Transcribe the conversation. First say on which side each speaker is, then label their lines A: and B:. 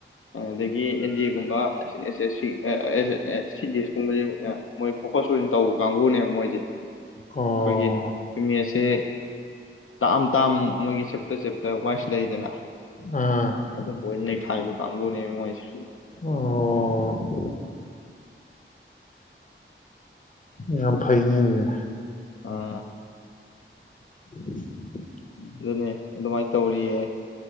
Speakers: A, on the left (about 80°); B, on the left (about 40°).
A: ꯑꯗꯨꯗꯒꯤ ꯑꯦꯟ-ꯗꯤ-ꯑꯦ ꯒꯨꯝꯕ ꯑꯦꯁ-ꯑꯦꯁ-ꯁꯤ ꯑꯦꯁ ꯑꯦꯁ ꯁꯤ ꯗꯤ ꯑꯦꯁ ꯀꯨꯝꯕꯁꯤꯅꯥ ꯃꯣꯏ ꯐꯣꯀꯁ ꯑꯣꯏꯅ ꯇꯧꯕ ꯀꯥꯡꯒꯨꯅꯦꯕ ꯃꯣꯏꯖꯦ ꯑꯩꯈꯣꯏꯒꯤ
B: ꯑꯣ
A: ꯃꯦꯠꯁ ꯁꯦ ꯇꯥꯝ ꯇꯥꯝ ꯃꯣꯏꯒꯤ ꯆꯦꯞꯇꯔ ꯆꯦꯞꯇꯔ ꯋꯥꯏꯁ ꯂꯩꯗꯅ
B: ꯑꯥ
A: ꯑꯗꯨꯝꯕ ꯑꯣꯏꯅꯥ ꯅꯩꯈꯥꯏꯕ ꯀꯥꯡꯕꯨꯅꯦꯕ ꯃꯣꯏꯖꯦ
B: ꯑꯣ ꯌꯥꯝ ꯐꯩꯅꯦ ꯑꯗꯨꯗꯤ
A: ꯑ
B: <inaudible>
A: ꯑꯗꯨꯅꯦ ꯑꯗꯨꯃꯥꯏ ꯇꯧꯔꯤꯌꯦ